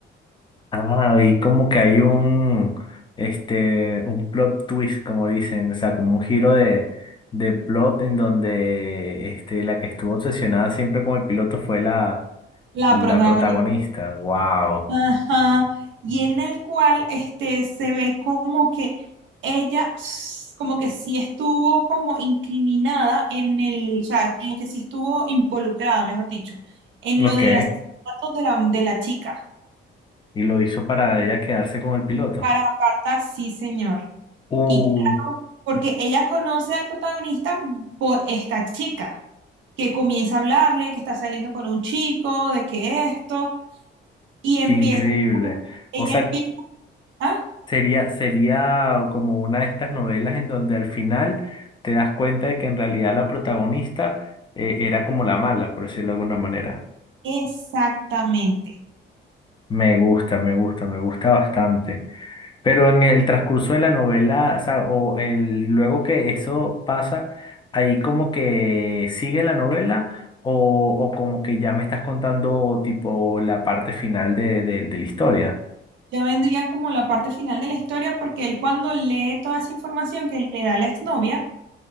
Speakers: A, on the left; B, on the right.
A: Ah, y como que hay un, este, un plot twist, como dicen, o sea, como un giro de, de plot en donde, este, la que estuvo obsesionada siempre con el piloto fue la,
B: La
A: la
B: protagonista.
A: protagonista. Wow.
B: Ajá. Y en el cual este, se ve como que ella, s- como que sí estuvo como incriminada en el, o sea, como que sí estuvo involucrada, mejor dicho, en
A: Ok.
B: lo de los asesinatos de la, de la chica.
A: Y lo hizo para ella quedarse con el piloto.
B: Para apartar, sí, señor.
A: ¡Uh!
B: Y claro, porque ella conoce al protagonista por esta chica, que comienza a hablarle, que está saliendo con un chico, de que esto, y empieza,
A: ¡Qué increíble!
B: ella
A: O sea,
B: empieza, ah,
A: sería, sería como una de estas novelas en donde al final te das cuenta de que en realidad la protagonista eh, era como la mala, por decirlo de alguna manera.
B: exactamente.
A: Me gusta, me gusta, me gusta bastante. Pero en el transcurso de la novela, o sea, o el, luego que eso pasa, ahí como que sigue la novela o, o como que ya me estás contando tipo la parte final de, de- de la historia.
B: Ya vendría como la parte final de la historia, porque él cuando lee toda esa información que le da la exnovia,